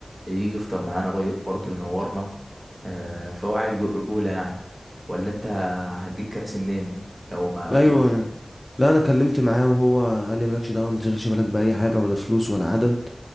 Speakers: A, on the right; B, on the left.
A: يجي يفطر معانا بي- برضه ينورنا آه، فهو عيل جو- رجولة يعني ولا انت هتجيب كراسي منين لو ما قضوش
B: ايوه انا لا انا كلمت معاه وهو قال لي مالكش دعوه ما تشغلش بالك باي حاجه ولا فلوس ولا عدد